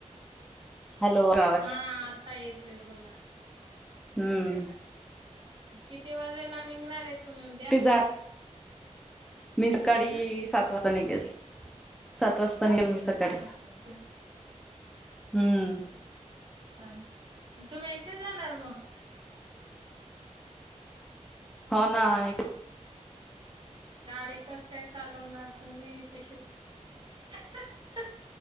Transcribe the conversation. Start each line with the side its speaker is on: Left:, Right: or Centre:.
Centre: हॅलो आवाज
Right: हा आता येत तुम्ही बोला
Centre: हम्म
Right: किती वाजेला निघणार आहेत तुम्ही उद्या
Centre: एकटी जा मी सकाळी
Right: हम्म
Centre: सात वाजता सात वाजता निघेल मी सकाळी.
Right: असं ख
Centre: हम्म
Right: चांग तुम्ही एकटे जाणार मग
Centre: होना आय
Right: गाडी कस काय चालवणार तर मी कशीचा